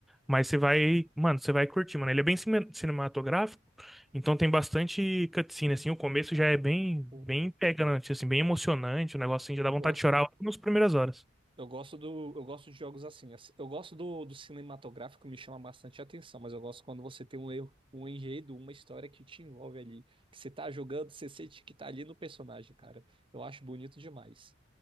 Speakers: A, in the centre; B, on the right (about 25°).
A: Mas você vai, mano, você vai curtir, mano. Ele é bem cine- cinematográfico, então tem bastante cutscene, assim. O começo já é bem, bem
B: pô,
A: pegante, assim, bem emocionante. O negócio assim, já dá
B: eu
A: vontade
B: gosto,
A: de chorar logo nas primeiras horas.
B: eu gosto do, eu gosto de jogos assim. assim. Eu gosto do, do cinematográfico, me chama bastante atenção, mas eu gosto quando você tem um, erro- um enredo, uma história que te envolve ali. Que você tá jogando, você sente que tá ali no personagem, cara. Eu acho bonito demais.